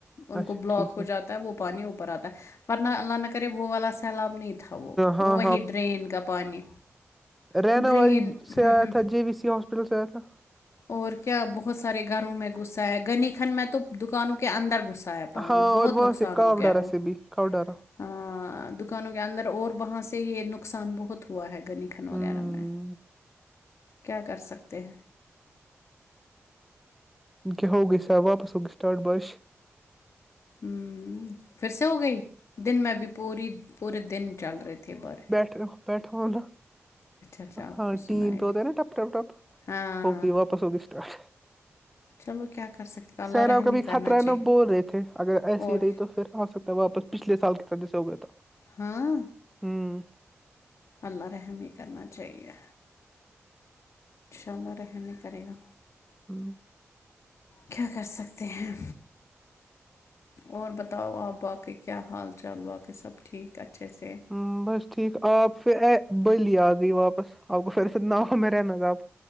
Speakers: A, on the left (about 75°); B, in the centre.
A: ان
B: اچھا
A: کو بلاک
B: ٹھیک
A: ہو
B: ٹھیک
A: جاتا ہے وہ پانی اوپر آتا ہے ورنہ اللہ نہ کرے وه والا سے تالاب نہیں تھا وہ
B: ہاں
A: وہ وہی ڈرین کا پانی
B: رہنا
A: ڈرین
B: والی سے
A: ہوں
B: آیا
A: ہوں
B: تھا جے وی سی ہاسپٹل سے آیا تھا
A: اور کیا بہت سارے گھروں میں غصہ ہے گنی خن میں تو دکانوں کہ اندر غسا ہے پانی
B: ہاں
A: بہت
B: اور وہاں
A: نقصان
B: سے کاوڈارا
A: ہو گیا وہاں
B: سے بھی کاوڈارا
A: ا دکانوں کے اندر اور وہاں سے یہ نقصان بہت ہوا ہے گنیکھن
B: ہوں
A: وغیرہ میں کیا کر سکتے ہیں
B: انکے ہو گئے سا واپس ہو گی اسٹاٹ بچش
A: ہمم پھر سے ہو گئی دن میں بھی پوری پورے دن چل رہے تھے بارے
B: ٹ بیٹھونا
A: اچھا آپ
B: ہاں
A: کو سنائی
B: ٹین پہ
A: دی
B: ہوتا نا ٹپ ٹپ ٹپ
A: ہاں
B: ہوگئی واپس ہوگئی اسٹارٹ
A: چلو کیا کر سکتے اللہ
B: سیلاب
A: رحم
B: کا
A: ہی
B: بھی
A: کرنا
B: خطرہ
A: چاہیے
B: ہے نا بول رہے تھے اگر ایسے
A: اور
B: ہی نہیں تو پھر آ سکتا ہے واپس پچھلے سال کی طرح جیسے ہو گیا تھا
A: ہاں
B: ہوں
A: اللہ رحم ہی کرنا چاہیے انشاء اللہ رحم ہی کرے گا
B: ہوں
A: کیا کر سکتے ہیں اور بتاؤ آپ باقی کیا حال چال باقی سب ٹھیک اچھے سے
B: ہوں بس ٹھیک آپ پھر بلی آ گئی واپس آپ کو پھر سےتنا ہو میں رہنا تھا آپ